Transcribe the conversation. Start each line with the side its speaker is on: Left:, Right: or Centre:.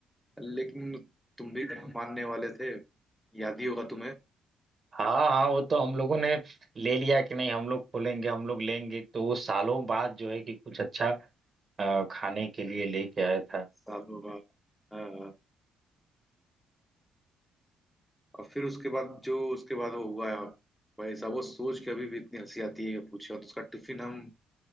Centre: लेकिन तुम भी <laughs> मानने वाले थे याद ही होगा तुम्हें
Right: हाँ हाँ वो तो हम लोगों ने ले लिया कि नहीं हम लोग खोलेंगे हम लोग लेंगे तो वो सालों बाद जो है कि कुछ अच्छा अ, खाने के लिए लेके आया था
Centre: सालों बाद हाँ, और फिर उसके बाद जो उसके बाद वो हुआ है भाई साहब वो सोच के अभी भी इतनी हंसी आती है कि पूछे तो उसका टिफिन हम